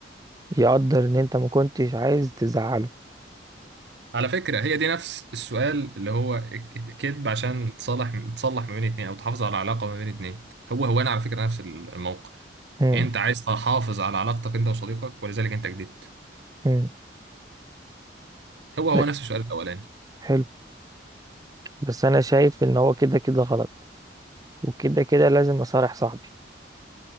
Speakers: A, on the right; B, on the right.
A: يقدر ان انت ما كنتش عايز تزعله
B: على فكرة هي دي نفس السؤال اللي هو كذب عشان تصلح تصلح ما بين اتنين او تحافظ على علاقة ما بين اتنين هو هو انا على فكرة نفس الموقف
A: مم.
B: انت عايز تحافظ على علاقتك انت وصديقك ولذلك انت كدبت
A: مم.
B: هو هو
A: ب-
B: نفس السؤال الاولاني
A: حلو بس انا شايف ان هو كده كده غلط وكده كده لازم اصارح صاحبي